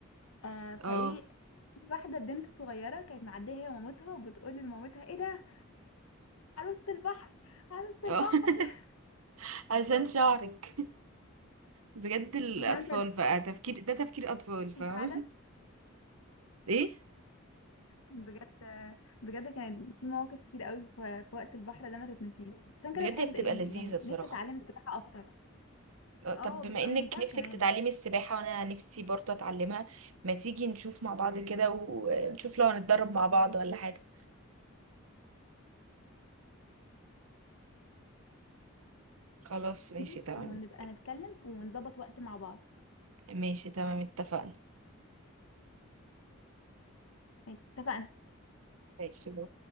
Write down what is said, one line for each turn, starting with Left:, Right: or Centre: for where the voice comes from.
Left: آه فايه
Right: اه
Left: واحده بنت صغيره كانت معديه هي ومامتها وبتقول لمامتها ايه ده عروسه البحر عروسه
Right: اه
Left: البحر
Right: <laughs>
Left: <laughs>
Right: عشان شعرك بجد الأطفال
Left: بس انا
Right: بقى تفكير ده تفكير أطفال فاهم
Left: كان فعلا
Right: <laughs> ايه
Left: بجد آه، بجد كانت في مواقف كتير قوي ف- في وقت البحر ده ما تتنسيش عشان
Right: بجد
Left: كده بحب
Right: هي بتبقى
Left: يعني
Right: لذيذة بصراحة
Left: نفسي اتعلم السباحه اكتر
Right: آه، طب
Left: اه
Right: بما
Left: بتبقى
Right: انك
Left: ممتعه
Right: نفسك
Left: كمان
Right: تتعلمي السباحة وانا نفسي برضه اتعلمها ما تيجي نشوف مع بعض كده ونشوف لو هنتدرب مع بعض ولا حاجة خلاص ماشي
Left: دي
Right: تمام
Left: ونبقى نتكلم ونظبط وقت مع بعض
Right: ماشي تمام اتفقنا
Left: ماشي اتفقنا
Right: ماشي